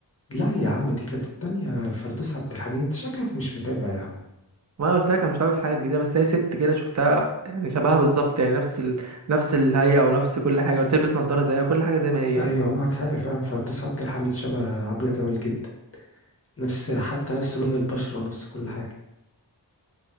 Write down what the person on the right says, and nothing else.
ما انا قلت لك انا مش عارف حاجه جديده بس هي ست كده شفتها يعني شبهها بالظبط يعني نفس ال... نفس الهيئه ونفس كل حاجه وتلبس نظاره زيها كل حاجه زي ما هي